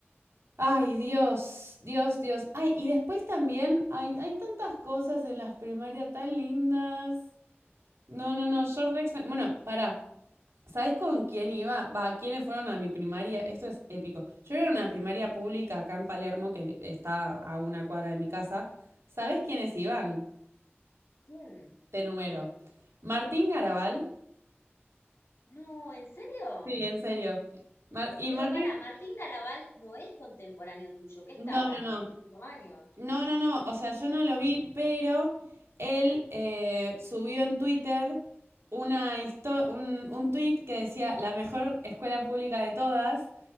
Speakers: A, on the right; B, on the left.
A: Ay, Dios, Dios, Dios. Ay, y después también hay, hay tantas cosas en las primarias tan lindas. No, no, no, yo re extra- Bueno, pará. ¿Sabés con quién iba? Va, ¿quiénes fueron a mi primaria? Esto es épico. Yo era una primaria pública acá en Palermo, que está a una cuadra de mi casa. ¿Sabés quiénes iban?
B: ¿Quién?
A: Te número. Martín Garabal.
B: No, ¿en serio?
A: Sí, en serio. Mar- y
B: Pero
A: Martín.
B: pará, Martín Garabal no es contemporáneo tuyo, que estaba
A: No, no, no.
B: en el último año.
A: No, no, no, o sea, yo no lo vi, pero él eh, subió en Twitter una histo- un, un tweet que decía la mejor escuela pública de todas,